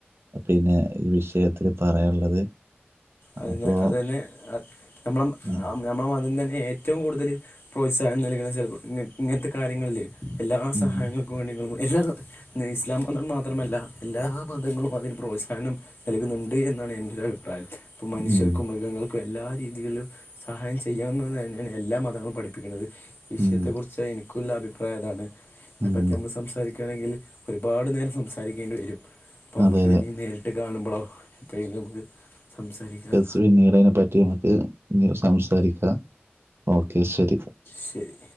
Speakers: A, on the right; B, on the left.
A: പിന്നെ ഈ വിഷയത്തില് പറയാനുള്ളത്
B: അ
A: അപ്പോ
B: അത് തന്നെ നമ്മള
A: ഉം
B: നമ്മളെ അതി തന്നെ ഏറ്റവും കൂടുതൽ പ്രോത്സാഹനം നൽകുന്ന ചിലപ്പോൾ ഇ ഇങ്ങനത്തെ കാര്യങ്ങളിൽ എല്ലാ സഹായങ്ങൾക്കും
A: ഉം
B: വേണ്ടി നിങ്ങളും എല്ലാ ഇസ്ലാം മതം മാത്രമല്ല എല്ലാ മതങ്ങളും അതിന് പ്രോത്സാഹനം നൽകുന്നുണ്ട് എന്ന് എന്നാണ് എന്റെ ഒരു അഭിപ്രായം ഇപ്പൊ മനുഷ്യർക്കും
A: ഉം
B: മൃഗങ്ങൾക്കും എല്ലാ രീതിയിലും സഹായം ചെയ്യാവുതാണ് എല്ലാ മതങ്ങളും പഠിപ്പിക്കുന്നത് വിഷയത്തെക്കുറിച്ച്
A: ഉം
B: എനിക്ക് ക്കുള്ള അഭിപ്രായംതാണ് അതിനെപ്പറ്റി
A: ഉം
B: നമ്മൾ സംസാരിക്കുകയാണെങ്കിൽ ഒരുപാട് നേരം സംസാരിക്കേണ്ടി വരും അപ്പോം നമ്മുക്ക്
A: അതെ അതെ
B: ഇഞ്ഞ് നേരിട്ട് കാണുമ്പളോ എപ്പോളെങ്കിലും നമുക്ക് സംസാരിക്കാം
A: ഫസ്റ്റ് പിന്നീടയ്നെപ്പറ്റി നമക്ക് സംസാരിക്ക ഓക്കെ ശരി
B: ശരി